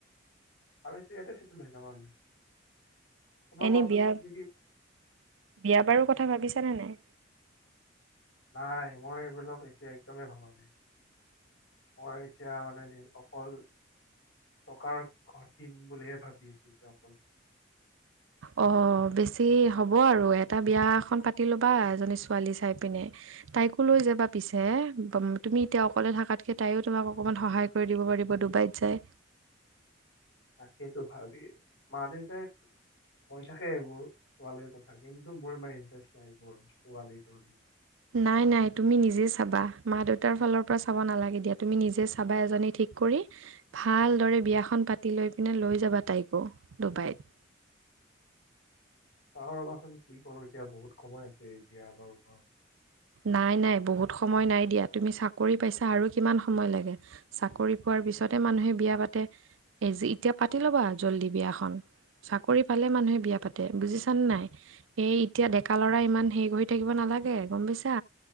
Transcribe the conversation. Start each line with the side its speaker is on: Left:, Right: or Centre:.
Left: আৰু এতিয়া ইয়াতে চেটেল হৈ যাম আৰু লাহেকে তোমাৰ
Right: এনে
Left: কোৱাচোন
Right: বিয়া
Left: তুমি কি
Right: বিয়া বাৰু কথা ভাবিছানে নাই
Left: নাই মই এইবিলাক এতিয়া একদমেই ভাবা নাই মই এতিয়া মানে অকল টকাৰ ঘটিম বুলিহে ভাবি আছো যে অকল
Right: অঁ বেছি হ'ব আৰু এটা বিয়া এখন পাতি ল'বা এজনী ছোৱালী চাই পিনে তাইকো লৈ যাবা পিছে তুমি এতিয়া অকলে থাকাতকে তাইও তোমাক অকনমান সহায় কৰি দিব পাৰিব ডুবাইত যায়
Left: তাকে তো ভাবি মা দেউতাই কৈ থাকে এইবোৰ ছোৱালীৰ কথা কিন্তু মোৰ ইমান ইণ্টাৰেষ্ট নাই এইবোৰ ছোৱালী তোৱালী
Right: নাই নাই তুমি নিজে চাবা মা দেউতাৰ ফালৰ পৰা চাব নালাগে দিয়া তুমি নিজে চাবা এজনী ঠিক কৰি ভালদৰে বিয়াখন পাতি লৈ পিনে লৈ যাবা তাইকো ডুবাইত
Left: চাও ৰবাচোন কি কৰো এতিয়া বহুত সময় আছে এতিয়া বাৰু খন
Right: নাই নাই বহুত সময় নাই দিয়া তুমি চাকৰি পাইছা আৰু কিমান সময় লাগে চাকৰি পোৱাৰ পি পিছতে মানুহে বিয়া পাতে এই যি এতিয়া পাতি ল'বা জলদি বিয়াখন চাকৰি পালে মানুহে বিয়া পাতে বুজিছানে নাই এই এতিয়া ডেকা লৰা হেই এতিয়া হেৰি। লাগে গম পাইছা।